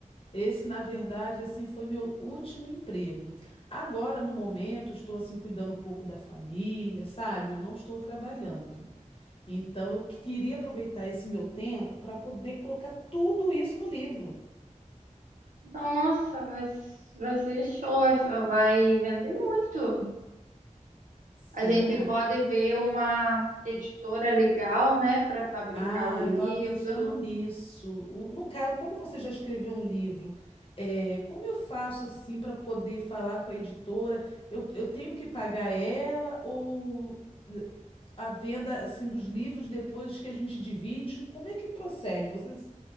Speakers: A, on the left; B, on the right.
A: Esse, na verdade, assim, foi meu último emprego. Agora, no momento, estou assim cuidando um pouco da família, sabe? Eu não estou trabalhando. Então, eu que- queria aproveitar esse meu tempo para poder colocar tudo isso no livro.
B: Nossa, vai, vai ser show, vai vai vender muito.
A: Será?
B: A gente pode ver uma editora legal, né, para fabricar
A: Ah,
B: o livro.
A: eu estava pensando nisso. O- No caso, como você já escreveu um livro, é, como eu faço assim para poder falar com a editora? Eu, eu tenho que pagar ela ou eh, a venda assim dos livros depois que a gente divide? Como é que procede? Você s-